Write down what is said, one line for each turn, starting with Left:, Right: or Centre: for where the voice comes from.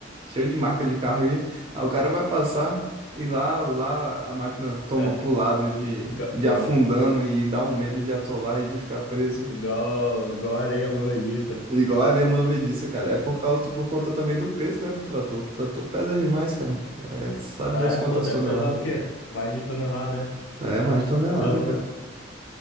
Right: Cheio de marca de carro aqui. Aí o cara vai passar e lá, lá a máquina tomba
Left: é.
Right: pro lado de,
Left: Iga-
Right: de
Left: Pô,
Right: afundando e dá um medo de atolar e de ficar preso.
Left: igual, igual areia movediça.
Right: Igual a areia movediça, cara. É por causa, por conta também do peso, né, do trator. O trator pesa demais, cara. É, sabe
Left: Ah,
Right: Deus
Left: é,
Right: quantas
Left: pô, deve
Right: toneladas.
Left: pesar o quê? Mais de tonelada, é.
Right: É, mais tonelada,
Left: Cê é louco,
Right: cara.